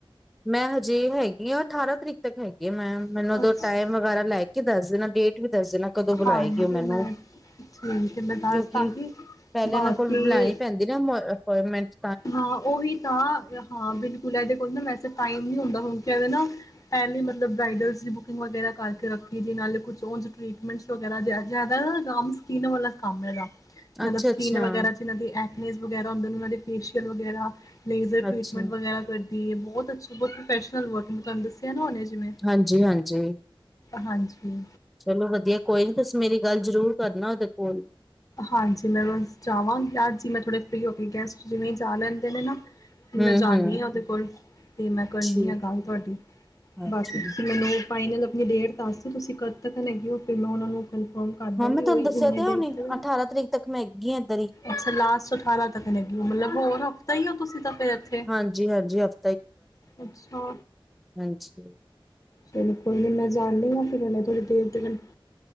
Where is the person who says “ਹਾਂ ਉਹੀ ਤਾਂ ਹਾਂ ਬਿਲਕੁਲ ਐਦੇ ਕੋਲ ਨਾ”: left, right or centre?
Left